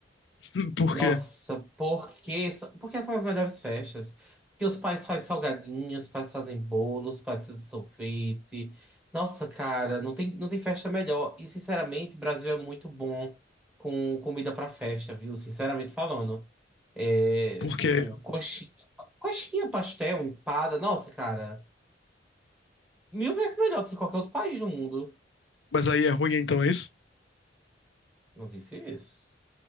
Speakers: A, on the left; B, in the centre.
A: <laughs> Por
B: Nossa,
A: quê?
B: porque, porque são as melhores festas. Porque os pais fazem salgadinhos, os pais fazem bolos, os pais fazem sorvete. Nossa, cara, não tem, não tem festa melhor. E, sinceramente, o Brasil é muito bom com comida pra festa, viu? Sinceramente falando. É,
A: Porque.
B: pô, coxinha, coxinha, pastel, empada. Nossa, cara, mil vezes melhor do que qualquer outro país do mundo.
A: Mas aí é ruim, então é isso?
B: Não disse isso.